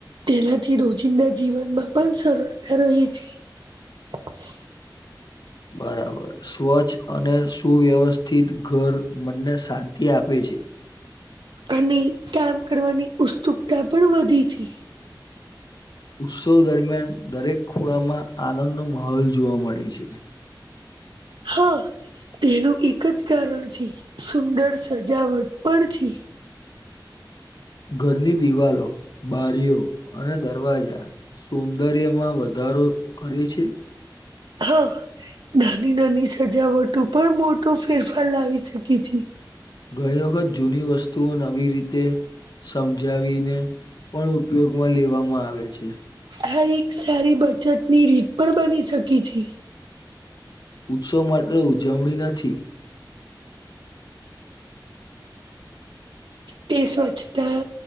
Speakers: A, on the right; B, on the left.
A: તેનાથી રોજિંદા જીવનમાં પણ સર સરળતા રહી છી. <inaudible> <inaudible>
B: બરાબર સ્વચ્છ અને સુવ્યવસ્થિત ઘર મનને શાંતિ આપે છે.
A: અને કામ કરવાની ઉત્સુકતા પણ વધી છે.
B: ઉત્સવ દરમિયાન દરેક ખુણામાં આનંદનો માહોલ જોવા મળે છે.
A: હા. તેનું એક જ કારણ છે સુંદર સજાવટ પણ છે.
B: ઘરની દિવાલો બારીઓ અને દરવાજા સૌંદર્યમાં વધારો કરે છે?
A: હા નાની નાની સજાવટો પણ મોટો ફેરફાર લાવી શકે છે.
B: ઘણી વખત જૂની વસ્તુઓ નવી રીતે સમજાવીને પણ ઉપયોગમાં લેવામાં આવે છે.
A: આ એક સારી બચતની રીત પણ બની શકી છે.
B: ઉત્સવ માત્ર ઉજવણી નથી
A: તે સ્વચ્છતા